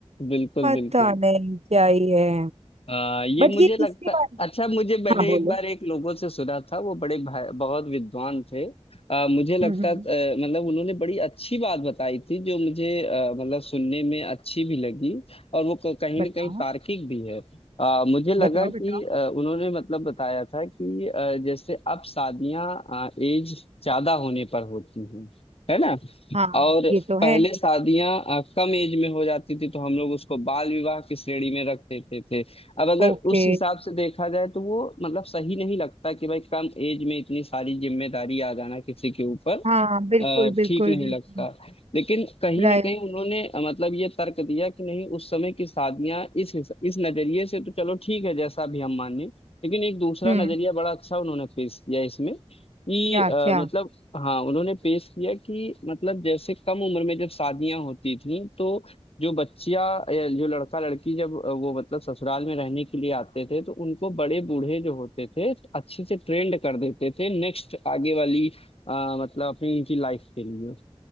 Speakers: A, on the left; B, on the right.
A: बिल्कुल
B: पता
A: बिल्कुल
B: नहीं क्या ही है
A: आ, ये
B: बट
A: मुझे
B: ये
A: लगता
B: इसके बारे
A: अच्छा मुझे मैंने
B: हाँ बोलो
A: एक बार एक लोगों से सुना था वो बड़े भाई बहुत विद्वान थे आ, मुझे लगता
B: हम्म हम्म,
A: आ, मतलब उन्होंने बड़ी अच्छी बात बताई थी जो मुझे आ, मतलब सुनने में अच्छी भी लगी और वो क- कहीं
B: बताओ
A: ना कहीं तार्किक भी है आ, मुझे लगा
B: बताओ
A: कि
B: बताओ
A: आ, उन्होंने मतलब बताया था कि आ, जैसे अब शादियां एज ज्यादा होने पर होती हैं है ना
B: हाँ
A: और
B: ये तो
A: पहले
B: है
A: शादियां कम एज में हो जाती थी तो हम लोग उसको बाल विवाह की श्रेणी में रख देते थे अब अगर
B: ओके
A: उस हिसाब से देखा जाए तो वो मतलब सही नहीं लगता कि भाई कम एज में इतनी सारी जिम्मेदारी आ जाना किसी के ऊपर
B: हाँ बिल्कुल
A: अ,
B: बिल्कुल
A: ठीक नहीं
B: बिल्कुल
A: लगता लेकिन कहीं
B: राय
A: ना कहीं उन्होंने अ, मतलब ये तर्क दिया कि नहीं उस समय की शादियां इस हिस- इस नजरिए से तो चलो ठीक है जैसा भी हम माने लेकिन एक दूसरा
B: हम्म
A: नजरिया बड़ा अच्छा उन्होंने पेश किया इसमें कि
B: क्या
A: अ,
B: क्या
A: मतलब हाँ उन्होंने पेश किया कि मतलब जैसे कम उम्र में जब शादियां होती थी तो जो बच्चिया या जो लड़का लड़की जब अ, वो मतलब ससुराल में रहने के लिए आते थे तो उनको बड़े बूढ़े जो होते थे अच्छे से ट्रेंड कर देते थे नेक्स्ट आगे वाली आ, मतलब अपनी इनकी लाइफ के लिए